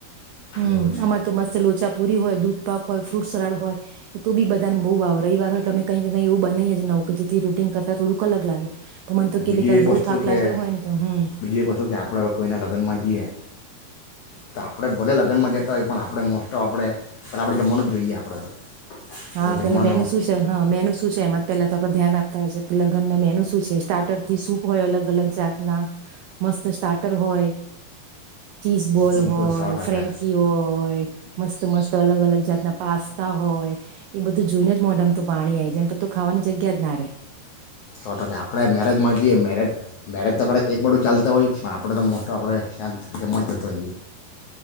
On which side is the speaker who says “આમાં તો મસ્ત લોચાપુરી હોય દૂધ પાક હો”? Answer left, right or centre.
Right